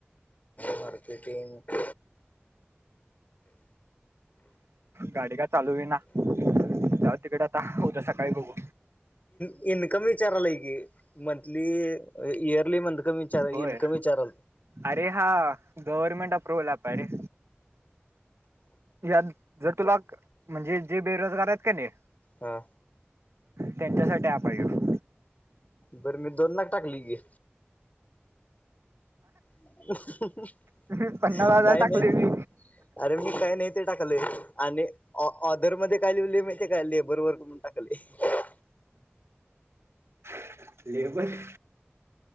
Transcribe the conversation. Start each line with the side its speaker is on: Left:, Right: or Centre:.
Left: मार्केटिंग.
Right: गाडी का चालू आहे ना जाऊ तिकडे आता उद्या सकाळी बघू
Left: इनकम विचारा लई की मंथली इयरली विचार इन्कम
Right: होय
Left: विचाराल
Right: अरे हा गव्हर्मेंट अप्रुव्हल आप रे यात जर तुला म्हणजे जे बेरोजगार आहेत का नाही.
Left: हा.
Right: त्यांच्यासाठी ॲप हाय हो.
Left: बरं मी दोन लाख टाकली गी. हम्म ह
Right: ह्यो पन्नास हजार
Left: काय
Right: टाकले
Left: नाहीत
Right: मी
Left: अरे मी काय नाहीत. ते टाकले आणि ऑ आदर मध्ये काय लिहले माहितीय त काय लेबर वर्क म्हणून टाकलेय.
Right: ह <inaudible> लेबर.